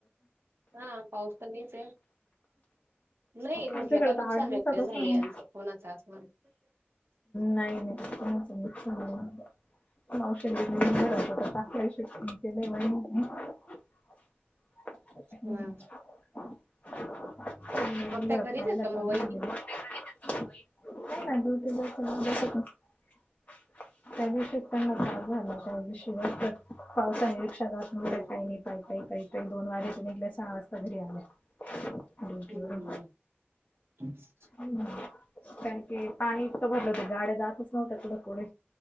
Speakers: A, on the right; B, on the left.
A: हां पाऊस तर नयीचंये नही
B: आमच्याकडे
A: म्हटलं का
B: तर
A: नुकसान
B: आठ दिवसापासून
A: वगैरे- झालय यांचं कोणाचं असणारंच-
B: नाही नाही कूणाच नुकसान <inaudible> ते लय व्हय
A: ह
B: म्हणटल
A: मग
B: <inaudible>
A: त्या घरीच आहेत का मग वहिनी
B: <inaudible> <inaudible> त्यादिवशी पण ना त्रास झाला त्यादिवशी जास्त पाऊस आहे रिक्षा जा- हो,
A: ह
B: का? काही नाही. पाय, पाई, पाई, पाई. दोन वाजेते निघल्या. सहा वाजता घरी आल्या. ड्युटीवरून
A: हं. <unintelligible>
B: कारण की, पाणी इतकं भरलं होतं. गाड्या जातच नव्हत्या. पुढं - पुढे.